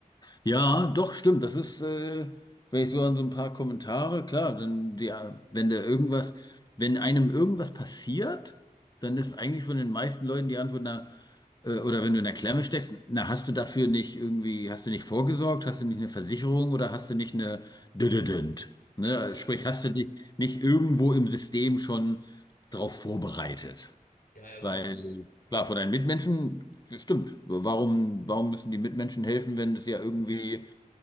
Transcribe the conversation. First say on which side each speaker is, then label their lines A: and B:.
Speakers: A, on the left; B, on the left.
A: Ja, doch, stimmt. Das ist, äh, wenn ich so an so ein paar Kommentare, klar, dann, ja, wenn da irgendwas, wenn einem irgendwas passiert, dann ist eigentlich von den meisten Leuten die Antwort, na, äh, oder wenn du in der Klemme steckst, na, hast du dafür nicht irgendwie, hast du nicht vorgesorgt, hast du nicht eine Versicherung oder hast du nicht eine Dödödönd? Ne? Also
B: Ja.
A: Sprich, hast du dich nicht irgendwo im System schon drauf vorbereitet?
B: Ja, ja, gut,
A: Weil,
B: das,
A: klar, von deinen Mitmenschen, stimmt. Warum, warum müssen die Mitmenschen helfen, wenn es ja irgendwie